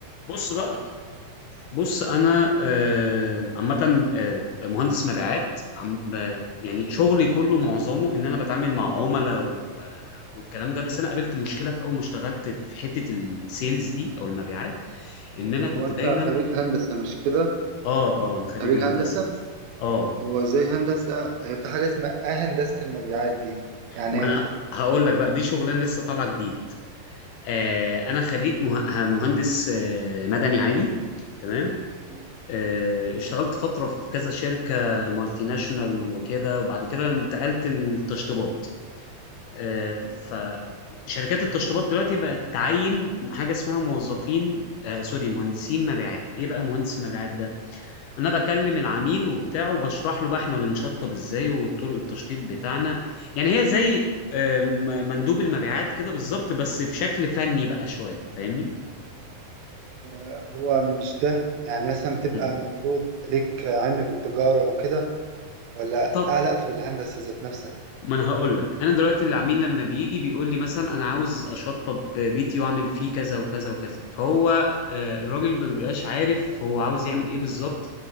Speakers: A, on the left; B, on the right.
A: بص بقى بص انا آه، عامه آه، مهندس مبيعات عم- ب- يعني شغلي كله معظمه ان انا بتعامل مع عملاء و- والكلام ده بس انا قابلت مشكله في اول ما اشتغلت في حته السيلز دي او المبيعات ان انا
B: هو
A: كنت
B: انت
A: دايما
B: خريج هندسة مش كده
A: اه اه انا خريج
B: خريج
A: هندسه
B: هندسة
A: اه
B: هو زي هندسة هي في حاجة اسمها آه هندسة المبيعات دي يعني
A: ما
B: ايه
A: انا هقول لك بقى دي شغلانه لسه طالعه جديد آه
B: اه
A: انا خريج مه- مهندس آه، مدني عادي تمام
B: مم،
A: آه، اشتغلت فترة في كذا شركة مالتي ناشونال وكده وبعد كده انتقلت للتشطيبات آه،
B: تمام
A: فشركات التشطيبات دلوقتي بقت تعين حاجة اسمها موظفين آه سوري مهندسين مبيعات ايه بقى مهندس مبيعات ده انا بكلم العميل وبتاعه وبشرح له بقى احنا بنشطب ازاي وطرق التشطيب بتاعنا يعني هي زي آه، م- مندوب المبيعات كده بالظبط بس بشكل فني بقى شوية فاهمني؟
B: آه، هو مش ده يعني مثلا بتبقى
A: مم.
B: مفروض ليك علم بالتجارة وكده ولا
A: طب
B: علاقة بالهندسة ذات نفسها
A: ما انا هقول لك انا دلوقتي العميل لما بيجي بيقول لي مثلا انا عاوز اشطب بيتي واعمل فيه كذا وكذا وكذا فهو آه، الراجل ما بيبقاش عارف هو عاوز يعمل ايه بالظبط